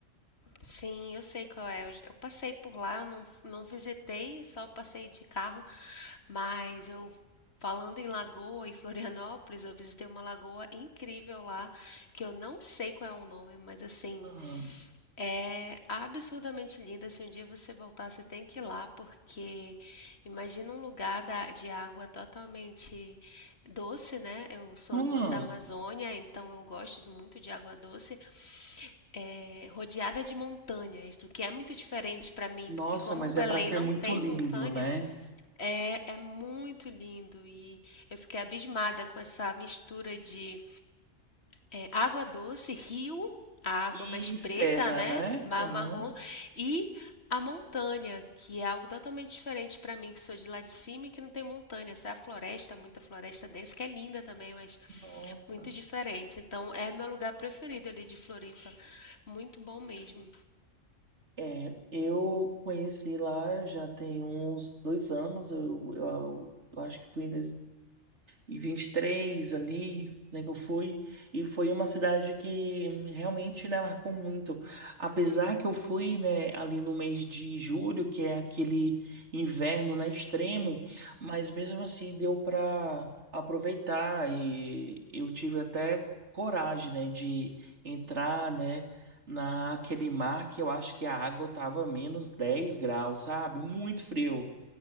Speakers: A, on the left; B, on the right.
A: Sim, eu sei qual é. Eu, eu passei por lá, eu não, não visitei, só passei de carro, mas eu. Falando em lagoa e Florianópolis, eu visitei uma lagoa incrível lá, que eu não sei qual é o nome, mas assim,
B: Hum,
A: É absurdamente linda. Se um dia você voltar, você tem que ir lá, porque imagina um lugar da- de água totalmente doce, né? Eu sou
B: hum.
A: do- da Amazônia, então eu gosto de- muito de água doce, é, rodeada de montanhas, o que é muito diferente para mim,
B: Nossa,
A: porque como
B: mas
A: Belém
B: é para ser
A: não
B: muito
A: tem
B: lindo,
A: montanha,
B: né?
A: é, é muito lindo e eu fiquei abismada com essa mistura de é, água doce, rio, a água
B: E
A: mais preta,
B: serra,
A: né?
B: né?
A: ma-
B: Aham.
A: Marrom, e a montanha, que é algo totalmente diferente para mim, que sou de lá de cima e que não tem montanha. Essa é a floresta, muita floresta densa, que é linda também, mas
B: Nossa.
A: muito diferente. Então, é meu lugar preferido ali de Floripa. Muito bom mesmo.
B: É, eu conheci lá já tem uns dois anos, eu, eu, eu acho que foi em e 23 ali, né, que eu fui, e foi uma cidade que realmente, né, marcou muito. Apesar que eu fui, né, ali no mês de julho, que é aquele inverno, né, extremo, mas mesmo assim deu para aproveitar e eu tive até coragem, né, de entrar, né, naquele mar que eu acho que a água tava menos 10 graus, sabe? Muito frio.